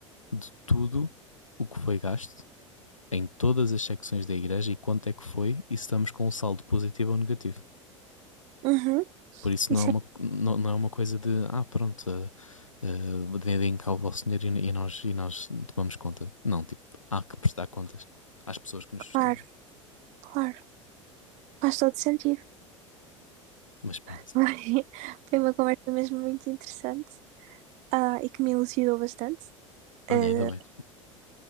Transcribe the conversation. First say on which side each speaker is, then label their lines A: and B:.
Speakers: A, on the left; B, on the right.
A: de tudo o que foi gasto em todas as secções da igreja e quanto é que foi e se estamos com um saldo positivo ou negativo.
B: Uhum,
A: Por isso
B: isso
A: não é uma,
B: é
A: não, não é uma coisa de, ah, pronto, uh, uh, deem cá o vosso dinheiro e, e nós, e nós tomamos conta. Não, tipo, há que prestar contas às pessoas que nos sustentam.
B: claro, claro. Faz todo sentido.
A: Mas pronto,
B: <laughs> Foi foi uma conversa mesmo muito interessante, ah, e que me elucidou bastante.
A: olha,
B: Ah,
A: ainda bem.